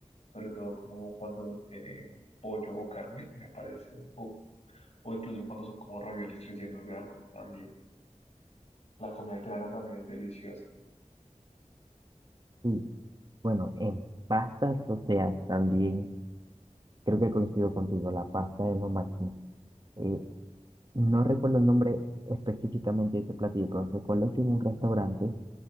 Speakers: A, on the left; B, on the right.
A: Sobre todo como cuando tienen pollo o carne, me parece, uff, o incluso cuando son como raviolis rellenos de algo, también. La comida italiana también es deliciosa.
B: Sí, bueno, en pastas, o sea, también creo que coincido contigo, la pasta es lo máximo. Eh, no recuerdo el nombre específicamente de ese platillo, pero recuerdo que en un restaurante